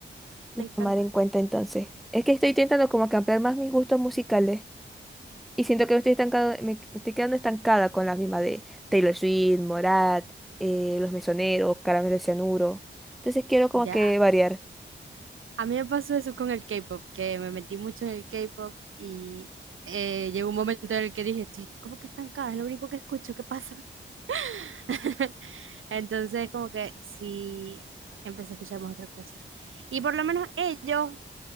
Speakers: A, in the centre; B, on the right (about 80°).
A: Lo
B: me encantan.
A: tomaré en cuenta entonces. Es que estoy intentando como que ampliar más mis gustos musicales. Y siento que me estoy estancado, me estoy quedando estancada con las mismas de Taylor Swift, Morat, eh, Los Mesoneros, Caramelo de Cianuro. Entonces quiero como
B: Ya,
A: que variar.
B: a mí me pasó eso con el K-pop, que me metí mucho en el K-pop y eh, llegó un momento en el que dije, estoy como que estancada, es lo único que escucho, ¿qué pasa? <laughs> Entonces como que sí, empecé a escuchar más otra cosa. Y por lo menos ellos